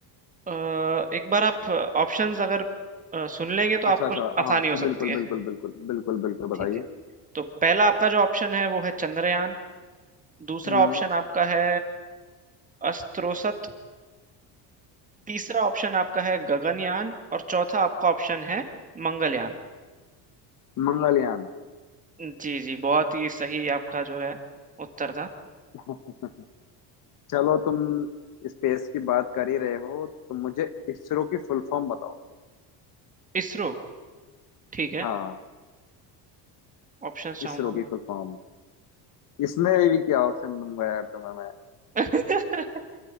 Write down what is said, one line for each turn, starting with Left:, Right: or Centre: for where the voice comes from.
Right: अ, एक बार आप ऑप्शंस अगर अ, सुन लेंगे तो आपको
Left: अच्छा अच्छा
Right: आसानी
Left: हाँ
Right: हो सकती
Left: बिल्कुल
Right: है
Left: बिल्कुल बिल्कुल बिल्कुल बिल्कुल
Right: ठीक
Left: बताइए
Right: है तो पहला आपका जो ऑप्शन है वो है चंद्रयान दूसरा
Left: हम्म
Right: ऑप्शन आपका है अस्त्रोसत तीसरा ऑप्शन आपका है गगनयान और चौथा आपका ऑप्शन है मंगलयान
Left: मंगलयान
Right: जी जी बहुत ही सही आपका जो है उत्तर था
Left: <laughs> चलो तुम स्पेस की बात कर ही रहे हो तो मुझे इसरो की फुल फॉर्म बताओ
Right: इसरो ठीक है
Left: हाँ
Right: ऑप्शंस चाहूंगा
Left: इसरो की फुल फॉर्म इसमें भी क्या ऑप्शन दूंगा यार तुम्हें
Right: मैं <laughs>